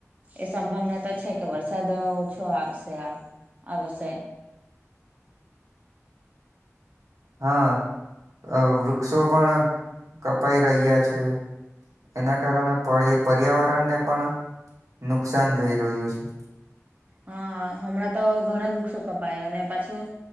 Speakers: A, on the right (about 30°); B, on the right (about 80°).
A: એ સંભાવના તો છે કે વરસાદ ઓછો આવશે આ વર્ષે
B: હા અ વૃક્ષો પણ કપાઈ રહ્યા છે એના કારણે પણ એ પર્યાવરણ ને પણ નુકસાન જઈ રહ્યું છે.
A: હા હમણાં તો ઘણા બુક્સો કપાયા અને પાછું.